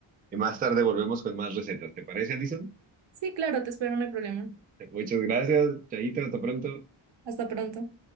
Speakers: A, on the right (about 20°); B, on the right (about 65°).
A: y más tarde volvemos con más recetas. ¿Te parece, Alison?
B: Sí, claro, te espero, no hay problema.
A: Muchas gracias, Chaito, hasta pronto.
B: Hasta pronto.